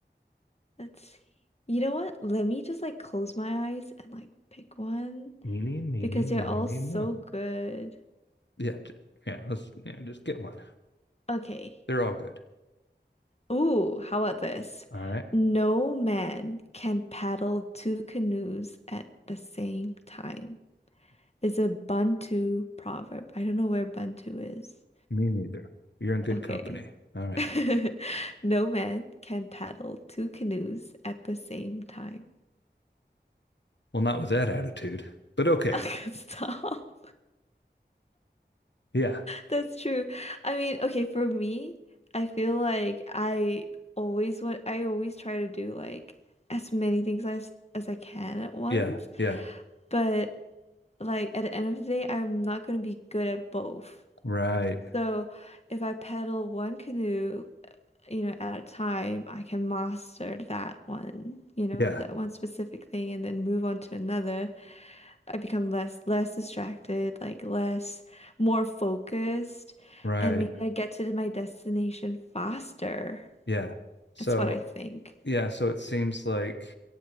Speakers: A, on the left; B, on the left.
A: let's see. You know what? Let me just like close my eyes and like pick one
B: Eeny, meeny,
A: because they're
B: miny,
A: all so
B: mo.
A: good.
B: Yeah, j- yeah. Let's yeah, just get one.
A: Okay.
B: They're all good.
A: Ooh, how about this?
B: All right.
A: No man can paddle two canoes at the same time. It's a Bantu proverb. I don't know where Bantu is.
B: Me neither. You're in good
A: Okay.
B: company. All right.
A: <laughs> No man can paddle two canoes at the same time.
B: Well, not with that attitude, but okay.
A: <laughs> Stop.
B: Yeah,
A: That's true. I mean, okay, for me, I feel like I always want, I always try to do like as many things as as I can at once.
B: yeah, yeah.
A: But like at the end of the day, I'm not gonna be good at both.
B: Right.
A: So if I paddle one canoe you know, at a time, I can master that one, you know,
B: Yeah,
A: that one specific thing and then move on to another. I become less less distracted, like less more focused,
B: right.
A: and maybe I get to my destination faster.
B: Yeah. So,
A: That's what I think.
B: yeah, so it seems like